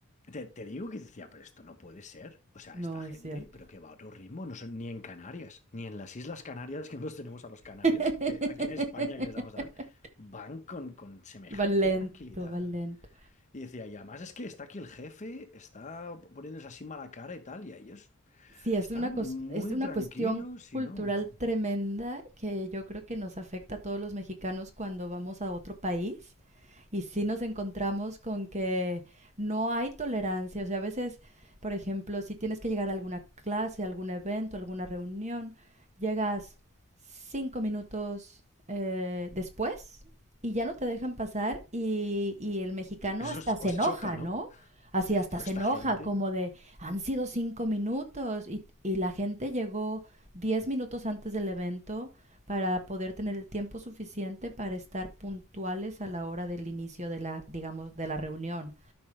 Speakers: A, on the left; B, on the right.
A: te, te digo que decía, pero esto no puede ser. O sea,
B: Sí. No
A: esta gente,
B: es cierto.
A: pero que va a otro ritmo, no son ni en Canarias, ni en las Islas Canarias, que nos tenemos a los canarios,
B: <laughs>
A: que aquí en España que les damos dar, van con, con semejante
B: Va lento,
A: tranquilidad.
B: va lento.
A: Y decía, y además es que está aquí el jefe, está poniéndose así mala cara y tal, y a ellos
B: Sí, es
A: Están
B: una, cos-
A: muy
B: es una
A: tranquilos
B: cuestión cultural
A: y no.
B: tremenda que yo creo que nos afecta a todos los mexicanos cuando vamos a otro país y sí nos encontramos con que no hay tolerancia. O sea, a veces, por ejemplo, si tienes que llegar a alguna clase, algún evento, alguna reunión, llegas cinco minutos eh, después y ya no te dejan pasar y, y el mexicano
A: y Eso
B: hasta
A: os,
B: se
A: os
B: enoja,
A: choca,
B: ¿no?
A: ¿no?
B: Así hasta
A: Pero
B: se
A: esta
B: enoja,
A: gente.
B: como de, han sido cinco minutos y, y la gente llegó diez minutos antes del evento para poder tener el tiempo suficiente para estar puntuales a la hora del inicio de la, digamos, de la reunión.